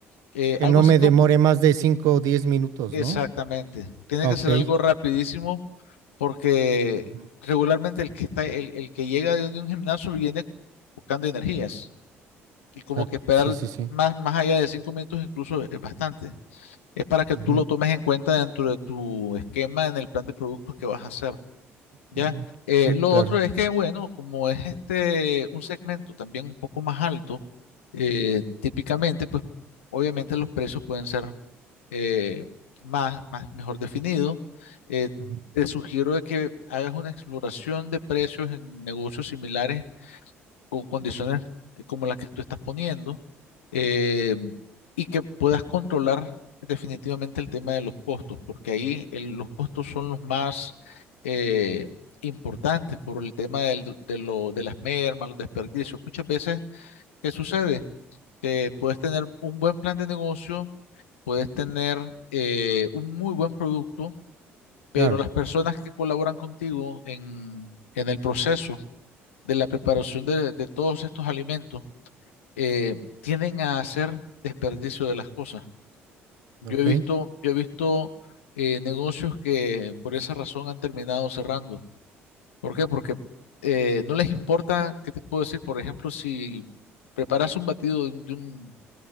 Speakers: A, on the left (about 75°); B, on the right (about 60°).
A: eh,
B: Que
A: algo
B: no
A: así
B: me
A: como,
B: demore más de 5 o 10 minutos,
A: exactamente.
B: ¿no?
A: Tiene
B: Ok,
A: que ser algo rapidísimo porque
B: Ujú.
A: regularmente el que está, el, el que llega de un gimnasio viene buscando energías y como
B: exacto,
A: que esperar
B: sí, sí, sí.
A: más, más allá de cinco minutos incluso es bastante. es para que
B: ujú,
A: tú lo tomes en cuenta dentro de tu esquema en el plan de productos que vas a hacer, ¿ya?
B: mm,
A: Eh,
B: Sí,
A: lo
B: claro,
A: otro es que, bueno, como es este un segmento también un poco más alto, eh, típicamente, pues obviamente los precios pueden ser eh, más, más mejor definidos. Eh,
B: ujú,
A: te sugiero de que hagas una exploración de precios en negocios similares con condiciones eh, como las que tú estás poniendo eh, y que puedas controlar definitivamente el tema de los costos, porque ahí el- los costos son los más eh, importantes por el tema del- de, lo- de las mermas, los desperdicios. Muchas veces, ¿qué sucede? Que puedes tener un buen plan de negocio, puedes tener eh, un muy buen producto, pero
B: claro,
A: las personas que colaboran contigo en, en el proceso de la preparación de de todos estos alimentos, eh, tienden a hacer desperdicio de las cosas. Yo
B: ok.
A: he visto, yo he visto eh, negocios que por esa razón han terminado cerrando. ¿Por qué? Porque eh, no les importa, ¿qué te puedo decir? Por ejemplo, si preparas un batido de, un- de un-